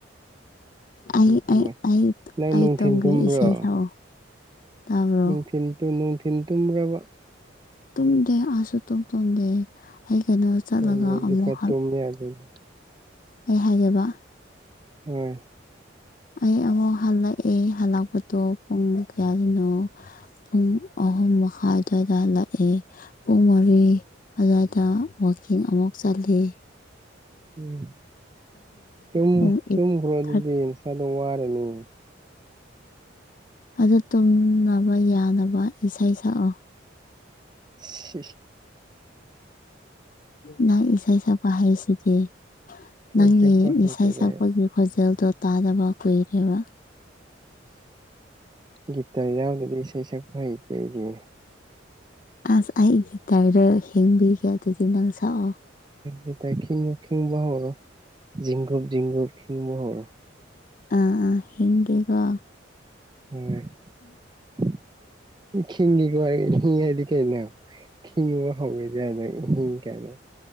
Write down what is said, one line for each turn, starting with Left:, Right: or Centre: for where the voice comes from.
Left: ꯑꯩ
Right: ꯀꯃꯥꯏ
Left: ꯑꯩ ꯑꯩ
Right: ꯅꯪ
Left: ꯑꯩ
Right: ꯅꯨꯡꯊꯤꯟꯜ
Left: ꯇꯨꯝꯒꯦ
Right: ꯇꯨꯝꯕ꯭ꯔꯣ
Left: ꯏꯁꯩ ꯁꯛꯑꯣ ꯇꯥꯕ꯭ꯔꯣ
Right: ꯅꯨꯡꯊꯤꯟ ꯅꯨꯡꯊꯤꯟ ꯇꯨꯝ꯭ꯔꯕ
Left: ꯇꯨꯝꯗꯦ ꯑꯥꯁꯨ ꯇꯨꯝ ꯇꯨꯝꯗꯦ ꯑꯩ ꯀꯩꯅꯣ ꯆꯠꯂꯒ
Right: ꯀꯩꯅꯣꯗꯤ
Left: ꯑꯃꯨꯛ
Right: ꯈꯔ ꯇꯨꯝ ꯌꯥꯗꯗꯤ
Left: ꯑꯩ ꯍꯥꯏꯌꯕ
Right: ꯍ <inaudible>
Left: ꯑꯩ ꯑꯃꯨꯛ ꯍꯜꯂꯛꯑꯦ ꯍꯜꯂꯛꯄꯗꯨꯣ ꯄꯨꯡ ꯀꯌꯥꯗꯅꯣ ꯄꯨꯡ ꯑꯍꯨꯝ ꯃꯈꯥ ꯑꯗꯨꯋꯥꯏꯗ ꯂꯥꯛꯑꯦ ꯄꯨꯡ ꯃꯔꯤ ꯑꯗꯨꯋꯥꯏꯗ ꯋꯥꯛꯀꯤꯡ ꯑꯃꯨꯛ ꯆꯠ ꯇꯂꯦ
Right: ꯎꯝ ꯇ
Left: ꯄꯨꯡ ꯑꯩꯠ
Right: ꯇꯨꯝꯈ꯭ꯔꯣ ꯑꯗꯨꯗꯤ
Left: ꯊꯥꯔꯇꯤ
Right: ꯏꯁꯗ ꯋꯥꯠ ꯅꯤ
Left: ꯑꯗꯨ ꯇꯨꯝꯅꯕ ꯌꯥꯅꯕ ꯏꯁꯩ ꯁꯛꯑꯣ
Right: ꯁꯤ
Left: ꯅꯪ ꯏꯁꯩ ꯏꯛꯄ ꯍꯩꯁꯤꯗꯤ
Right: ꯏꯁꯩ
Left: ꯅꯪꯒꯤ
Right: ꯁꯛꯄ ꯍꯩꯇꯦꯗ
Left: ꯏꯁꯥ ꯏꯁꯛꯄꯠꯒꯤ ꯈꯣꯟꯖꯦꯜꯗꯣ ꯇꯥꯗꯕ ꯀꯨꯏꯔꯦꯕ
Right: ꯒꯤꯇꯔ ꯌꯥꯎꯗꯗꯤ ꯏꯁꯩ ꯁꯛꯄ ꯍꯩꯇꯦ ꯑꯩꯗꯤ
Left: ꯑꯁ ꯑꯩꯒꯤ ꯇꯥꯔꯗ ꯍꯦꯡꯕꯤꯒꯦ ꯑꯗꯨꯗꯤ ꯅꯪ ꯁꯛꯑꯣ
Right: ꯒꯤꯇꯔ ꯈꯤꯡꯉꯨ ꯈꯤꯡꯕ ꯍꯧꯔꯣ ꯖꯤꯡꯒꯨꯞ ꯖꯤꯡꯒꯨꯞ ꯈꯤꯡꯕ ꯍꯧꯔꯣ
Left: ꯑ ꯑ ꯈꯤꯡꯒꯦꯀꯣ
Right: ꯍꯣꯏ ꯈꯤꯡꯗ ꯍꯉꯔꯗꯤ ꯀꯩꯅ ꯈꯤꯉ ꯍ ꯌꯥꯅ ꯍꯤꯡ ꯀꯅ